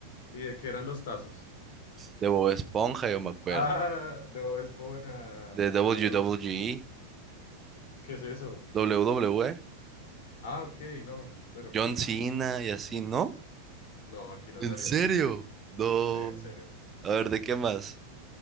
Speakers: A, on the left; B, on the right.
A: ¿Y de qué eran los tazos? <laughs>
B: De Bob Esponja, yo me acuerdo.
A: Ah, de Bob Esponja,
B: De w
A: claro. ¿Qué es eso?
B: WWE,
A: Ah, ok, no, pero
B: John
A: cool.
B: Cena y así, ¿no?
A: No, aquí no
B: ¿En
A: salieron.
B: serio? No.
A: Sí, en serio.
B: A ver, ¿de qué más?